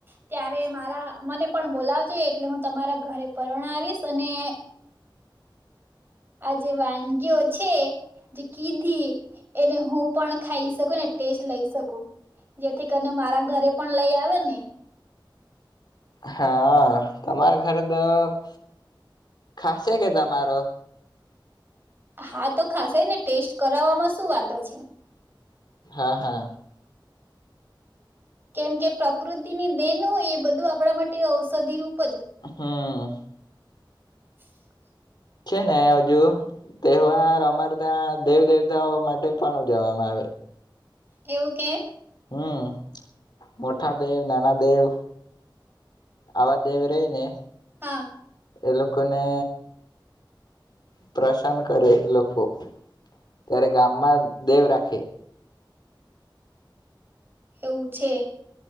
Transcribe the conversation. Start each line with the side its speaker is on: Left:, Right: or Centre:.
Right: ત્યારે મારા મને પણ બોલાવજો એટલે હું તમારા ઘરે પરણાવીશ અને. આ જે વાનગીઓ છે જે કીધી એને હું પણ ખાઈ શકું ને ટેસ્ટ લઈ શકું, જેથી કરીને મારા ઘરે પણ લઈ આવે ને.
Left: હા તમારે. <unintelligible> ખાસે કે તમારો?
Right: હા તો ખાસે જ ને, ટેસ્ટ કરાવવામાં શું વાંધો છે?
Left: હા હા.
Right: કેમ કે પ્રકૃત તેની દેન હોય એ બધું આપણા માટે ઔષધિ રુપ...
Left: હા.
Right: <inaudible>
Left: છે ને હજુ તહેવાર અમાર ત્યાં. દેવ દેવતાઓ માટે પણ ઉજવવામાં આવે.
Right: એવું કે?
Left: હમ મોઠા દેવ, નાના દેવ. આવા દેવ રહી ને.
Right: હા.
Left: એ લોકોને પ્રસનન કરે, એ લોકો. ત્યારે ગામમાં દેવ રાખે.
Right: એવું છે.